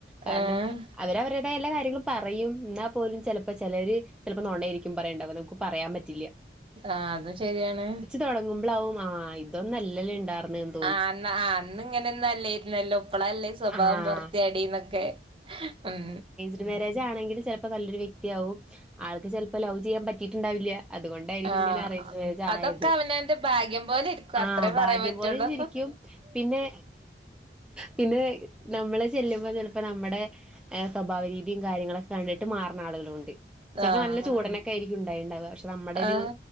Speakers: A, in the centre; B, on the right.
A: കാരണം
B: ഏഹ്
A: അവര് അവരടെ എല്ലാ കാര്യങ്ങളും പറയും എന്നാ പോലും ചെലപ്പോ ചെലര് ചെലപ്പോ നൊണായിരിക്കും പറയണ്ടാവ നമുക്ക് പറയാൻ പ റ്റില്ല
B: ആഹ് അതും ശരിയാണ്
A: തുടങ്ങുമ്പളാവും ആ ഇതൊന്നല്ലല്ലേ ഇണ്ടാർന്നേന്ന്
B: ആഹ് അന്ന് അന്നിങ്ങനെ ഒന്നും അല്ലായിരുന്നല്ലോ ഇപ്പളല്ലേ സ്വഭാവം
A: ആഹ്
B: പൊറത്ത് ചാടീന്നൊക്കെ ഉം
A: ഡ് മേരേജ് ആണെങ്കില് ചെലപ്പോ നല്ലൊരു വ്യക്തിയാകും ആൾക്ക് ചെലപ്പോ ലവ് ചെയ്യാൻ പറ്റീട്ട്ണ്ടാവില്യ അതുകൊ ണ്ടായിരിക്കും
B: ആഹ്
A: ഇങ്ങനെ അറേഞ്ച്ഡ് മേരേജ്
B: അതൊക്കെ
A: ആയത്
B: അവനവന്റെ ഭാഗ്യം പോലെ ഇരിക്കും
A: ആഹ്
B: അത്രേ പറയാൻ
A: ഭാഗ്യം
B: പറ്റുള്ളൂ
A: പോലെന്നിരിക്കും പിന്നെ പിന്നെ നമ്മള് ചെല്ലുമ്പോ ചെലപ്പോ നമ്മടെ സ്വഭാവ രീതിയും കാര്യങ്ങളൊക്കെ കണ്ടിട്ട് മാറണ ആളുകളുമുണ്ട് ചെലപ്പോ
B: ആഹ്
A: നല്ല ചൂടനൊക്കെ ആയിരിക്കും ഉണ്ടായിണ്ടാവ പക്ഷെ നമ്മുടൊരു
B: ആഹ്